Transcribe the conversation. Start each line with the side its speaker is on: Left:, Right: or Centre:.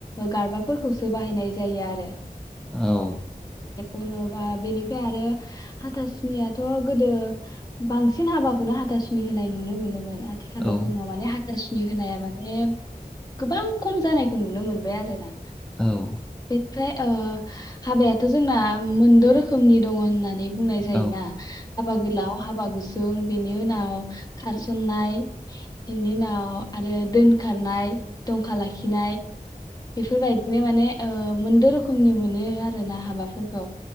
Left: गारबाफोरखौसो बाहायनाय जायो आरो।
Centre: औ।
Left: बुंङोबा बेनिफ्राय आरो हाथासुनियाथ' गोदो बांसिन हाबाखौनो हाथासुनि होनाय नुनो मोनोमोन। आथिखालाव
Centre: औ
Left: जोंनाव माने हा थासुनि होनाया माने गोबां खम जानायखौ नुनो मोनबाय आरो ना।
Centre: औ।
Left: ओमफ्राय ओ हाबायाथ' जोंना मोनद' रोखोमनि दङ होननानै बुंनाय जायोना
Centre: औ
Left: हाबा गोलाव हाबा गु सुं बेनि उनाव खारसननाय इनि उनाव आरो दोनखारनाय। दंखा लाखिनाय। बेफोरबाय दिनो माने ओ मोनद' रोखोमनि मोनो आरो ना हाबाफोर खौ